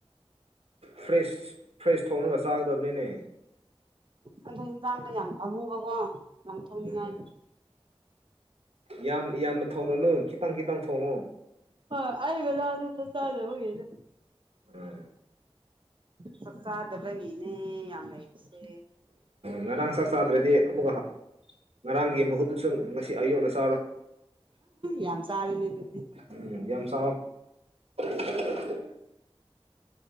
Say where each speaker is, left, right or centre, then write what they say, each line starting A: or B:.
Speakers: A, on the right; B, on the right.
A: ꯐ꯭ꯔꯦꯁ ꯐ꯭ꯔꯦꯁ ꯊꯣꯡꯅꯒ ꯆꯥꯒꯗꯕꯅꯤꯅꯦ
B: ꯑꯗꯣ ꯍꯟꯁꯥꯡꯗꯣ ꯌꯥꯝ ꯊꯝꯃꯨꯕꯀꯣ ꯂꯪꯊꯣꯛꯅꯤꯉꯥꯏꯗ
A: ꯎꯝ ꯌꯥꯝ ꯌꯥꯝꯅ ꯊꯧꯔꯣꯅꯨ ꯈꯤꯇꯪ ꯈꯤꯇꯪ ꯊꯣꯡꯉꯣ
B: ꯍ ꯑꯩꯒ ꯂꯅ ꯆꯗꯦꯒꯦꯅꯦ
A: ꯎꯝ
B: ꯆꯥꯛ ꯆꯥꯗꯕꯒꯤꯅꯦ ꯌꯥꯝ ꯂꯩꯕꯁꯦ
A: ꯉꯔꯥꯡ ꯆꯥꯛ ꯆꯥꯗ꯭ꯔꯗꯤ ꯑꯃꯨꯛꯀ ꯉꯔꯥꯡꯒꯤ ꯃꯍꯨꯠꯇꯨꯁꯨ ꯉꯁꯤ ꯑꯌꯨꯛꯅ ꯆꯥꯔꯣ
B: ꯌꯥꯝ ꯁꯥꯔꯅꯤ ꯑꯗꯨꯗꯤ
A: ꯎꯝ ꯌꯥꯝ <unintelligible>